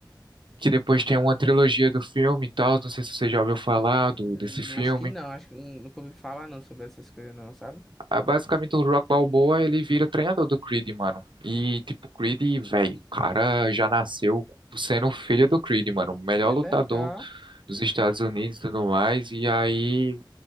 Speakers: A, on the right; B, in the centre.
A: que depois tem uma trilogia do filme e tal, não sei se você já ouviu falar do,
B: Hum,
A: desse filme.
B: acho que não, acho que hum, nunca ouvi falar não sobre essas coisas não, sabe?
A: Ah, basicamente o Rock Balboa, ele vira treinador do Creed, mano. E tipo, Creed, velho, o cara já nasceu sendo filho do Creed, mano, o melhor
B: Que
A: lutador
B: legal.
A: dos Estados Unidos e tudo mais. E aí